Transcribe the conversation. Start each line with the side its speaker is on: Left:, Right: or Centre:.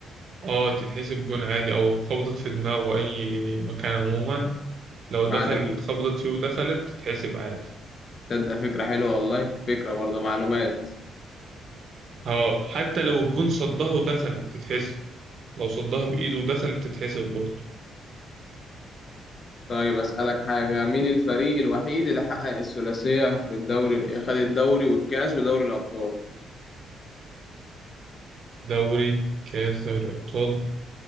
Right: اه تتحسب جون عادي أو خبطت في دماغه أي مكان عموما لو دخلت
Left: ما عدا إيده
Right: خبطت فيه ودخلت تتحسب عادي
Left: تصدق فكرة حلوة والله فكرة برضه معلومات
Right: اه حتى لو الجون صدها ودخلت تتحسب لو صدها بإيده ودخلت تتحسب برضه
Left: طيب أسألك حاجة مين الفريق الوحيد اللي حقق الثلاثية في الدوري خد الدوري والكاس ودوري الأبطال
Right: دوري كاس دوري ابطال